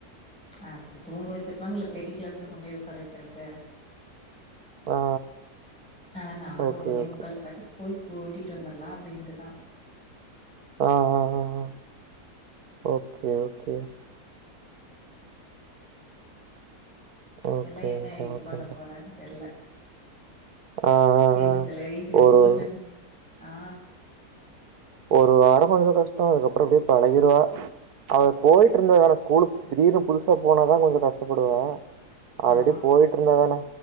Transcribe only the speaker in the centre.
ஹ அப்டி தூங்க வச்சிப்பாங்க பெரிய கிளாஸ்ல கொண்ட போய் உட்கார வைக்கறது
ஆனா நாங்க
ஒன்னே
முக்காலுக்கட்டும் போய் கூட்டிட்டு வந்துடலாம் அப்டின்ட்டு தான்
ம்
ம்
எல்லா என்ன இது
பண்ண போறாங்னு தெரியல
பென்சிலை
ரோல் பென் ஆ
ஆமா